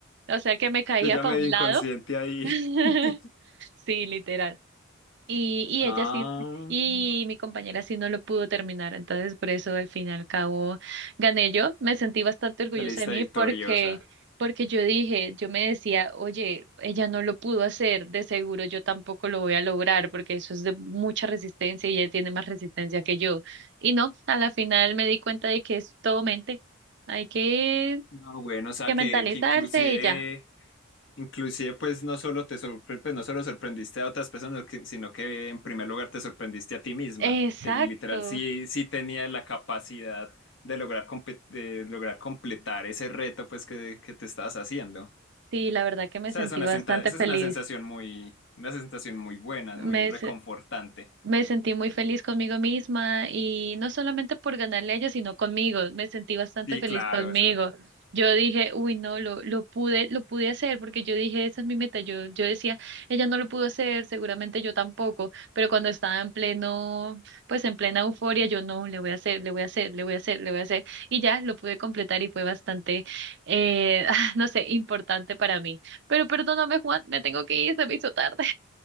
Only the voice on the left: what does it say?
Tú ya
medio
inconsciente
ahí.
<laughs>
Ah,
la lista
victoriosa.
No, bueno, o sea
que,
que inclusive
Inclusive, pues no solo te sorpre- pues, no solo sorprendiste a otras personas, que- sino que en primer lugar te sorprendiste a ti misma,
que literal sí, sí tenía la capacidad de lograr, compe- de lograr completar ese reto pues que, que te estabas haciendo. O
sea,
es una
senta- esa
es una sensación muy, una sensación muy buena,
muy reconfortante.
Sí,
claro,
eso.